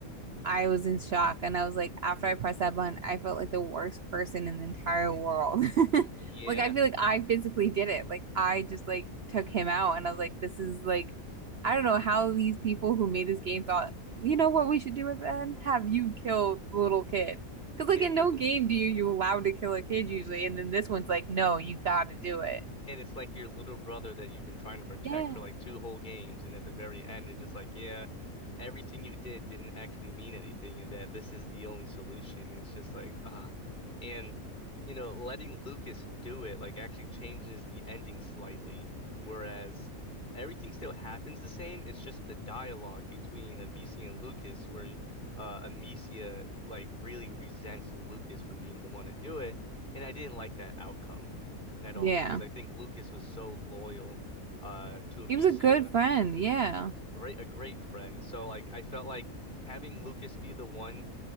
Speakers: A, on the right; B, on the left.
A: I was in shock. And I was like, after I pressed that button, I felt like the worst person in the entire
B: <laughs>
A: world. <laughs>
B: Yeah.
A: Like, I feel like I physically did it. Like, I just like took him out. And I was like, this is like, I don't know how these people who made this game thought, you know what we should do with then? Have you kill the little kid. Because, like,
B: Yeah,
A: in
B: you're
A: no game do you, you allowed to kill a kid usually. And then this one's like, no, you gotta do it.
B: And it's like your little brother that you've been trying to protect
A: Yeah.
B: for like two whole games, and at the very end, you're just like, yeah, everything you did didn't actually mean anything, and that this is the only solution. It's just like, ah, and you know, letting Lucas do it like actually changes the ending slightly, whereas everything still happens the same. It's just the dialogue between Amicia and Lucas, where uh, Amicia like really resents Lucas for being the one to do it, and I didn't like that outcome at
A: Yeah.
B: all because I think Lucas was so loyal uh to Amicia,
A: He was a good friend. Yeah.
B: right? a great friend. So like I felt like having Lucas be the one